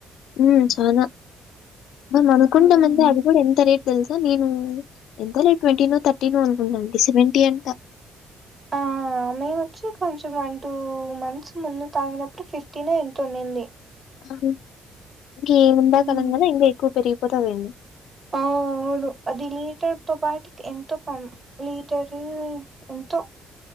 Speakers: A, on the left; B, on the right.
A: ఉహ్ చానా మనం అనుకుంటం
B: మ్మ్
A: అంటే అవి కూడా ఎంత రేట్ తెలుసా నేను ఎంతో లే ట్వంటీ నో, థర్టీ నో అనుకుట్న్నా. ది సెవెంటీ అంటా
B: ఆ మేము వచ్చి. కొంచెం వన్, టూ మంత్స్ ముందు తాగినప్పుడు ఫిఫ్టీన్ ఎంతో ఉండింది.
A: అవు ఇంక ఏం ఉండా
B: మ్మ్
A: కాలం గాద. ఇంకా ఎక్కువ పెరిగిపోతదేమో.
B: ఆ అవును అది లీటర్ తో బాటికి ఎంతో పం లీటరు ఎంతో